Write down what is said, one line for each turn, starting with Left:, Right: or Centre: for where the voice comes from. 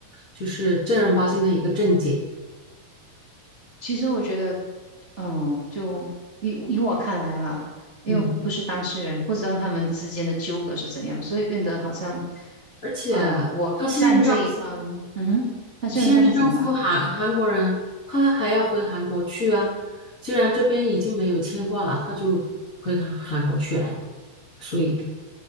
Left: 就是正儿八经的一个正解。
Right: 其实我觉得，嗯，就以以我看来啦，因为不是当事人，
Left: 嗯，
Right: 不知道他们之间的纠葛是怎样，所以变得好像，
Left: 而且
Right: 呃，我站这一方，
Left: 她现任丈夫，
Right: 嗯哼，她现任丈夫怎么啦？
Left: 现任丈夫韩韩国人，他还要回韩国去啊。既然这边已经没有牵挂了，他就回韩韩国去了呀。所以，